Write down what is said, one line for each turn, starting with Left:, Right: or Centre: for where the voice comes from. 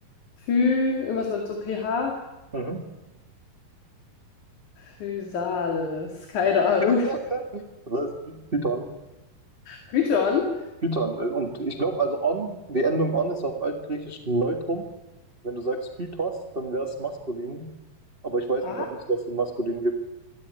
Left: Phy, irgendwas mit so pH?
Right: Mhm.
Left: Physales, keine Ahnung.
Right: <laughs>
Left: <laughs>
Right: Das heißt Python.
Left: Python?
Right: Python. äh, Und ich glaube, also on, die Endung on ist auf Altgriechisch Neutrum. Wenn du sagst Phytos, dann wäre es maskulin. Aber ich weiß
Left: Ah,
Right: nicht, ob es das in maskulin gibt.